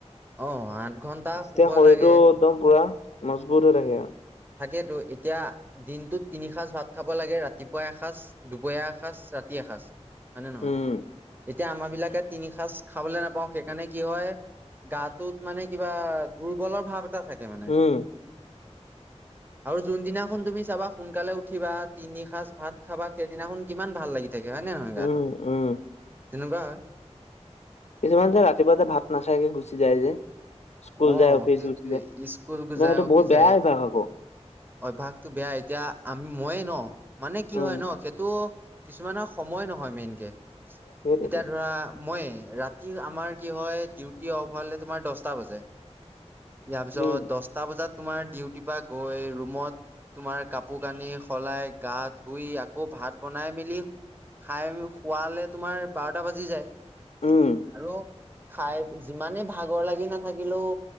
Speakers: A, on the right; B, on the left.
A: অ', আঠ ঘন্টা
B: তেতিয়া
A: শুব
B: শৰীৰটো
A: লাগে
B: একদম পুৰা মজবুত হৈ থাকে আৰু।
A: থাকেতো এতিয়া দিনটোত তিনি সাঁজ -ভাত। খাব লাগে ৰাতিপুৱা এসাঁজ দুপৰীয়া এসাঁজ ৰাতি এসাঁজ হয়নে নহয়।
B: উম,
A: এতিয়া আমাৰ বিলাকে তিনি সাঁজ খাবলৈ নাপাওঁ সেইকাৰণে কি হয়? গাটোত মানে কিবা দুৰ্বলৰ ভাৱ এটা থাকে মানে
B: উম
A: আৰু জ সিদিনাখন তুমি চাবা সোনকালে উঠিবা তিনি সাঁজ ভাত খাবা সেইদিনাখন কিমান ভাল লাগি তেকে হয় নে নহয়
B: উম,
A: গাটো
B: উম,
A: তেনেকুৱা হয়
B: কিছুমান যে ৰাতিপুৱাতে ভাত নাখায়কে গুচি যায় যে স্কুল
A: আঁহ
B: যায়, অফিচ
A: সেইটো
B: গুচি যায়,
A: স্কুল
B: ন
A: যায়
B: সেইটো
A: অফি
B: বহুত
A: যাই
B: বেয়া অভ্যাস আকৌ।
A: অভ্যাসটো বেয়া এতিয়া আমি ময়ে ন মানে কি
B: উম
A: হয় ন সেইটো কিছুমান সময় নহয় মেইনকে
B: সেইটোৱেতো
A: এতিয়া ধৰা মই ৰাতি আমাৰ কি হয় ডিউটি অফ হলে। তোমাৰ দহটা বাজে। ইয়াৰ পিছত
B: উম
A: দশটা বজাত। তোমাৰ ডিউটিৰ পৰা গৈ ৰুমত তোমাৰ কাপোৰ কানি সলাই গা ধুই আকৌ ভাত বনাই মেলি খাই খোৱালে তোমাৰ বাৰ। বি যায়
B: উম
A: আৰু খাই যিমানে ভাগৰ লাগি নাথ। থাকিলোও